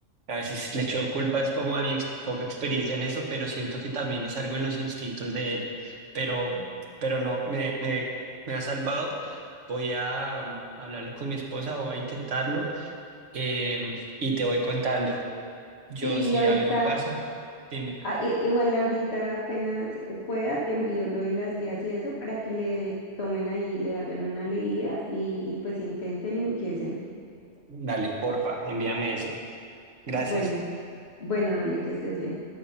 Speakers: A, on the right (about 80°); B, on the left (about 60°).
A: a veces le echo culpas como a mi ex- poca experiencia en eso, pero siento que también es algo en los instintos de él, pero, pero no, me, me, me ha salvado. Voy a um, hablarlo con mi esposa, voy a intentarlo eh, y te voy contando. Yo
B: Sí,
A: si
B: y ahorita,
A: algo pasa, dime,
B: ah, i- igual ahorita apenas pueda, te envío lo de las guías y eso para que le tomen ahí, le hagan una leída y, y pues intenten y empiecen.
A: dale, porfa, envíame eso. Gracias.
B: Bueno, bueno, dale que estés bien.